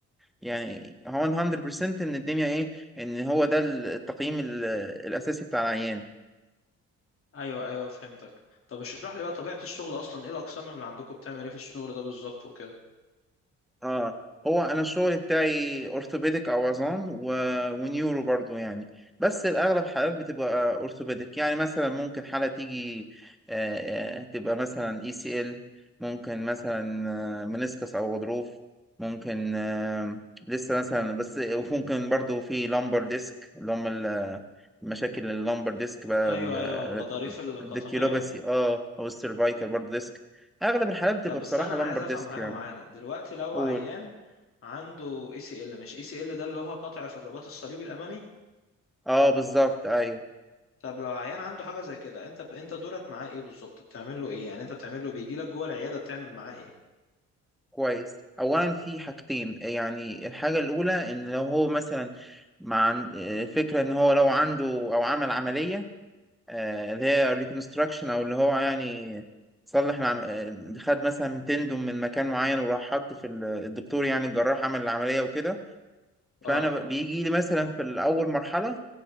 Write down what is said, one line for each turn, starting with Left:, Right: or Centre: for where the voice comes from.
Centre: يعني هو 100% ان الدنيا ايه ان هو ده التقييم ال- الاساسي بتاع العيان
Left: ايوه ايوه فهمتك طب اشرح لي بقى طبيعة الشغل اصلا ايه الاقسام اللي عندكم بتعمل ايه في الشغل ده بالظبط وكده
Centre: اه هو انا الشغل بتاعي اورثوبيديك او عظام و... ونيورو برضو يعني بس الاغلب حالات بتبقى اورثوبيديك يعني مثلا ممكن حالة تيجي آه آه، تبقى مثلا اي سي ال ممكن مثلا آه منسكس او غضروف ممكن آه لسه مثلا بس وممكن برضو في لامبر ديسك اللي هم ال- مشاكل اللامبر ديسك بقى
Left: ايوه
Centre: ال-
Left: ايوه الغضاريف القطنية
Centre: الديكيلوباسي اه او السيرفايكال برضو ديسك اغلب الحالات بتبقى
Left: طب
Centre: بصراحة
Left: استنى انا
Centre: لامبر
Left: عايز افهم
Centre: ديسك
Left: حاجه
Centre: يعني
Left: معينه دلوقتي لو
Centre: قول
Left: عيان عنده اي سي ال مش اي سي ال ده اللي هو قطع في الرباط الصليبي الامامي
Centre: اه بالظبط ايوه
Left: طب لو عيان عنده حاجه زي كده انت انت دورك معاه ايه بالظبط بتعمل له ايه يعني انت بتعمل له بيجي لك جوه العياده بتعمل معاه ايه
Centre: كويس اولا في حاجتين يعني الحاجه الاولى ان لو هو مثلا مع فكره ان هو لو عنده او عمل عمليه آه، اللي هي ريكونستراكشن او اللي هو يعني صلح العم... آه، خد مثلا تندم من مكان معين وراح حطه في ال- الدكتور يعني الجراح عمل العمليه وكده فانا
Left: اه
Centre: ب- بيجي لي مثلا في الاول مرحله